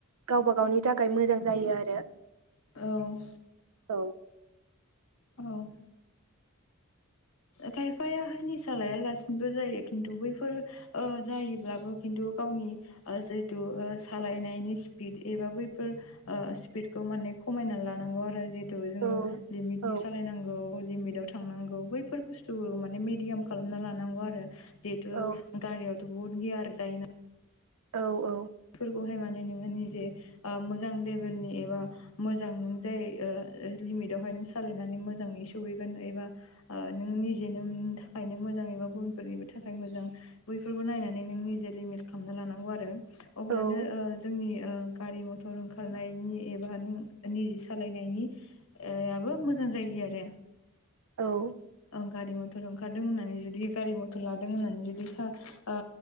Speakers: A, on the right; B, on the left.
A: गावबा गावनि थाखाय मोजां जायो आरो
B: औ
A: औ
B: औ खायफायाहाय निसा लायालासिनोबो जायो खिन्थु बैफोर ओ जायोब्लाबो खिन्थु गावनि ओ जिहेतु सालायनायनि स्पिड एबा बैफोर ओ स्पिदखौ माने खमायना लानांगौ आरो जि थु जोङो
A: औ
B: लिमिटनि
A: औ
B: सालायनांगौ लिमिटाव थांनांगौ बै फोर बुस्थु माने मेदियाम खालामना लानांगौ आरो जिहेतु
A: औ
B: गारियाव बुहुद गियार जायोना
A: औ औ
B: फोरखौहाय माने नोङो निजे ओ मोजां लेबेलनि एबा मोजां नों जायो ओ लिमिटावहाय नों सालायनानै मोजाङै सौहैगोन एबा ओ नों निजेनो नोंनि थाखायनो मोजां एबा गुबुनफोरनिबो थाखाय मोजां। बैफोरखौ नायनानै नों निजे लिमिट खालामना लानांगौ आरो अब्लानो
A: औ
B: ओ जोंनि ओ गारि मथर ओंखारनायनि एबा नों निजि सालायनायनि ए आबो मोजां जायो आरो।
A: औ
B: गारि मथर ओंखारदों होननानै जुदि गारि मथर लादों होननानै जुदि सा ओ